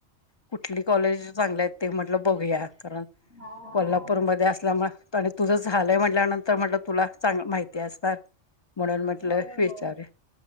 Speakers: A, on the left; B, on the left.
A: कुठली कॉलेज चांगल्या आहेत ते म्हटलं बघूया कारण
B: हा हा
A: कोल्हापूरमध्ये असल्यामुळे बरं तुझं झालयं म्हटल्यानंतर म्हटलं तुला चांगलं माहिती असणार. म्हणून म्हटलं
B: होय
A: विचार
B: होय